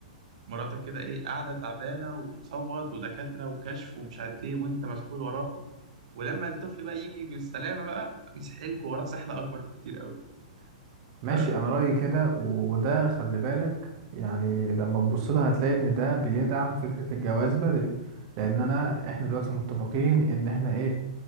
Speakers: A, on the right; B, on the right.
A: مراتك كده ايه قاعده تعبانه وتصوت ودكاتره وكشف ومش عارف ايه وانت مسحول وراها ولما الطفل بقى يجي بالسلامه بقى بيسحلك وراه سحله اكبر بكتير قوي ف
B: ماشي انا رأيي كده و- وده خلي بالك يعني لما تبص لها هتلاقي ان ده بيدعم فكرة الجواز بدري لان انا احنا دلوقتي متفقين ان احنا ايه